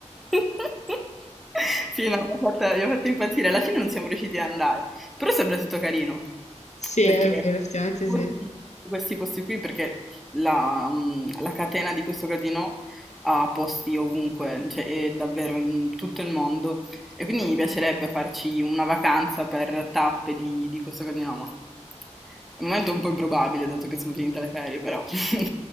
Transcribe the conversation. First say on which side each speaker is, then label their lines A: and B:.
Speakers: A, in the centre; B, on the left.
A: <laughs> Sì, no, mi ha fatto, mi ha fatto impazzire. Alla fine non siamo riusciti ad andare, però è sempre stato carino,
B: Sì, è
A: perché
B: vero, effettivamente
A: <laughs> pur
B: sì.
A: in questi posti qui, perché la, mm, la catena di questo casino ha posti ovunque, cioè è davvero in tutto il mondo, e quindi mi piacerebbe farci una vacanza per tappe di, di questo casino, ma al momento è un po' improbabile, dato che sono finite le ferie, però <laughs>